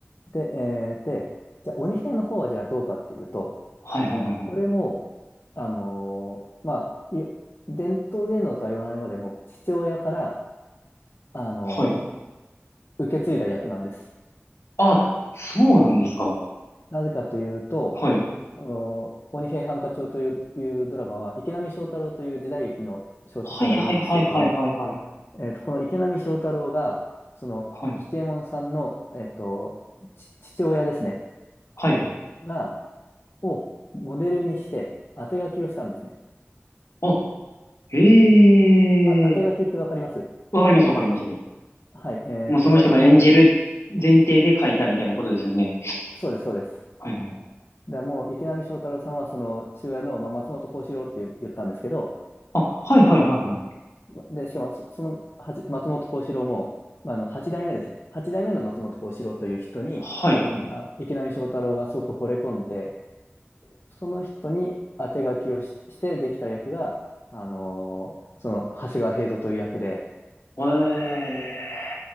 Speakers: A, on the left; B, on the left.
A: で、えーで、じゃあ、鬼平の方はじゃあどうかっていうと、
B: はいはいはいはい。
A: これも、あのーまあ、ゆ伝統芸能とは言わないまでも、父親から、あのー
B: はい。
A: 受け継いだ役なんです。
B: あ、そうなんですか。
A: なぜかというと、
B: はい。
A: その、鬼平犯科帳という、いうドラマは、池波正太郎という時代劇の小説家がいるんですけれども、
B: はいはいはいはいはいはい。
A: えーと、この池波正太郎が、その、
B: はい。
A: 吉右衛門さんの、えーと、ち父親ですね、
B: はい。
A: が、をモデルにして、当て書きをしたんですね。
B: あ、へえ。
A: あ、当て書きってわかります
B: わかります、わかります。
A: はい。えーっと、
B: もうその人が演じる
A: じゃあも
B: 前提で書いたみたいなことですよね。
A: う、そうです、そうです。
B: はいはい。
A: で、もう池波正太郎さんは、その父親の、まあ、松本幸四郎って言言ったんですけど、
B: あ、はいはいはいはい。
A: で、しかもそ、そのはち松本幸四郎も、まあ、あの8代目ですね。8代目の松本幸四郎という人に、
B: はいはい。
A: あ、池波正太郎がすごく惚れ込んで、その人に当て書きをし、してできた役が、あのーその長谷川平蔵という役で、
B: ええ。